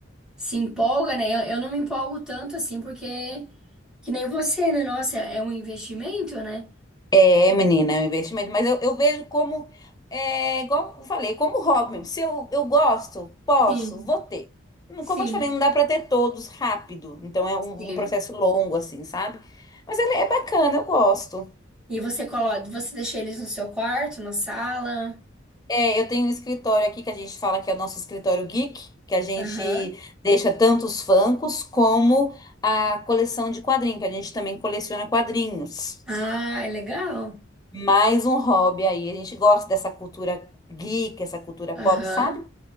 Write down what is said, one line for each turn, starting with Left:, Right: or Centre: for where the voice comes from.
Centre: se empolga, né? Eu, eu não me empolgo tanto assim, porque que nem você, né? Nossa, é é um investimento, né?
Left: É, menina, é um investimento, mas eu, eu vejo como, é, igual eu falei, como hobby mesmo. Se eu, eu gosto, posso,
Centre: Sim,
Left: vou ter. Não-
Centre: sim.
Left: Como eu te falei, não dá pra ter todos rápido, então é um,
Centre: Sim.
Left: um processo longo, assim, sabe? Mas ele é bacana, eu gosto.
Centre: E você coloca, você deixa eles no seu quarto, na sala?
Left: É, eu tenho um escritório aqui que a gente fala que é o nosso escritório geek, que a gente
Centre: Aham.
Left: deixa tanto os Funkos como a coleção de quadrinhos, que a gente também coleciona quadrinhos.
Centre: Ah, é legal.
Left: Mais um hobby aí, a gente gosta dessa cultura geek, essa cultura
Centre: Aham.
Left: pop, sabe?